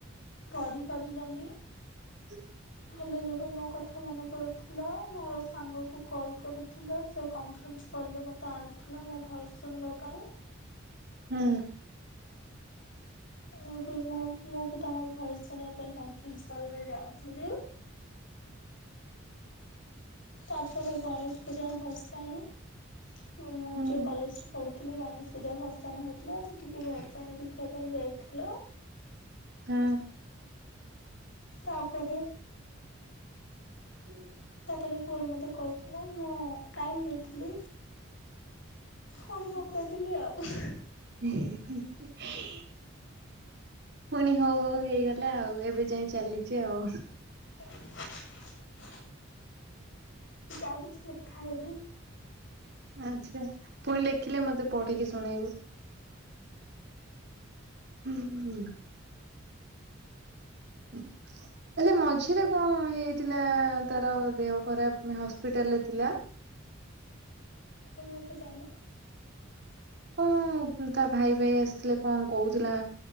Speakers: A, on the left; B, on the right.
A: ପଢି ପାରିଲନି।
B: ହ <unintelligible>
A: ହେଲେ ଯେବେ ମୋ କଥା ମନେ ପଡ଼ୁଥିଲା, ମୋର ସାଙ୍ଗକୁ କଲ୍ କରୁଥିଲ। ସେ କନଫରେନ୍ସ କଲ୍ ରେ ମୋତେ ଆଣି ଥିଲା ମୋ ଭଏସ ଶୁଣିବା ପାଇଁ।
B: ହୁଁ।
A: ମୁଁ ବି ମୁଁ ମୁ ବି ତମ ଭଏସ୍ ଶୁଣିବା ପାଇଁ କନଫରେନ୍ସ କଲରେ ଯାଉଥିଲି। ତାପରେ ଗଣେଶ ପୂଜା ଭସାଣି ହଁ- ମୁଁ
B: ହୁଁ
A: ଯୋଉ କଲେଜରେ ପଢୁ ଥିଲି ଗଣେଶ ପୂଜା ଭସାଣି ହଉଥିଲା, ସେଠିକି ଭସାଣି ଦେଖିବା ପାଇଁ ଯାଇଥିଲ। <inaudible>
B: ହୁଁ।
A: ତାପରେ
B: ଯାଇଚି।
A: ତାରେ ପୁଣି ମତେ କହିଥିଲା, ମୁଁ ଟାଇମ୍ ନେଇଥିଲି। ଫୁଣି ହଁ କହିଦେଲି ଆଉ।
B: ହିଁ - ହିଁ। ପୁଣି ହଉ ହଉ ହେଇଗଲା ଆଉ, ଏବେ ଯାଏଁ ଚାଲିଛି ଆଉ।
A: <inaudible> ଏତିକି, ଆଉ କିଛି ଲେଖା ହେଇନି?
B: ଆଚ୍ଛା ପୁଣି ଲେଖିଲେ ମତେ ପଢିକି ଶୁଣେଇବୁ। ହୁଁ- ହୁଁ।
A: <unintelligible>
B: ହୁଁ <inaudible> ହେଲେ ମଝିରେ କଣ ହେଇଥିଲା, ତାର ଦେହ ଖରାପ ହସ୍ପିଟାଲରେ ଥିଲା।
A: <unintelligible> ମୁଁ ତ ଜାଣିନି?
B: କଣ ତା ଭାଇ ଭାଇ ଆସିଥିଲେ, କଣ କହୁଥିଲା